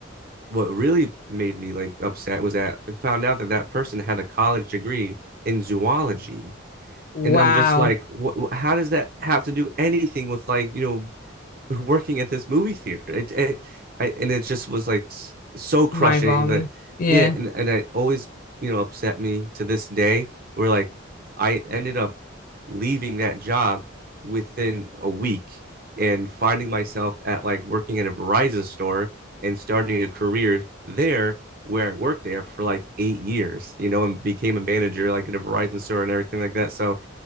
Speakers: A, on the right; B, on the left.
A: what really made me like upset was that I found out that that person had a college degree in zoology
B: Wow.
A: and I'm just like, what, how does that have to do anything with like you know working at this movie theater. It, it I, and it just was like so crushing
B: mind-boggling.
A: but
B: Yeah.
A: yeah, and and it always you know upset me to this day. Where like I ended up leaving that job within a week and finding myself at like working at a Verizon store and starting a career there where I worked there for like eight years, you know, and became a manager like at a Verizon store and everything like that. So